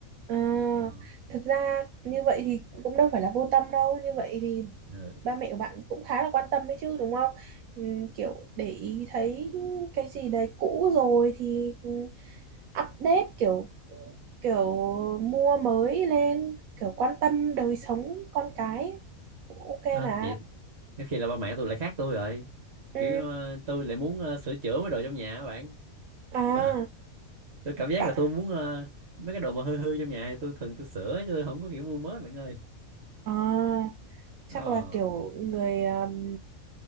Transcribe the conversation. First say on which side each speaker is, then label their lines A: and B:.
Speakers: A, on the right; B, on the right.
A: ờ.
B: Ờ.
A: Thực ra như vậy thì cũng đâu phải là vô tâm đâu, như vậy thì
B: ừ.
A: ba mẹ của bạn cũng khá là quan tâm đấy chứ đúng không? Ừ, kiểu để ý thấy cái gì đấy cũ rồi thì ừ, update kiểu kiểu mua mới lên kiểu quan tâm đời sống con cái cũng ok
B: à,
A: mà
B: vậy có khi là ba mẹ tôi lại khác tôi rồi
A: ừ.
B: kiểu ờ, tôi lại muốn ờ, sửa chữa mấy đồ trong nhà các bạn
A: à
B: <laughs> tôi cảm giác
A: bạn
B: là tôi muốn ờ, mấy cái đồ mà hư hư trong nhà thì tôi thường tôi sửa chứ tôi không có kiểu mua mới bạn ơi
A: à chắc
B: ờ
A: là kiểu người um,